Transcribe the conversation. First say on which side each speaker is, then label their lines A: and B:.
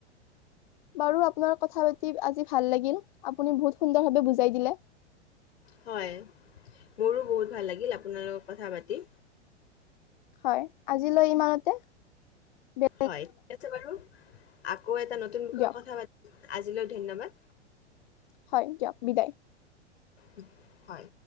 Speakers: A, on the left; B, on the left.
A: বাৰু আপোনাৰ কথা পাতি আজি ভাল লাগিল, আপুনি বহুত সুন্দৰভাৱে বুজাই দিলে।
B: হয়, মোৰো বহুত ভাল লাগিল আপোনাৰ লগক কথা পাতি।
A: হয় আজিলৈ ইমানতে। বে
B: হয়, ঠিক আছে বাৰু আকৌ এটা নতুন বিষয়ত
A: দিয়ক
B: কথা পাতিম আজিলৈ ধন্যবাদ।
A: হয় দিয়ক বিদায়।
B: উম হয়।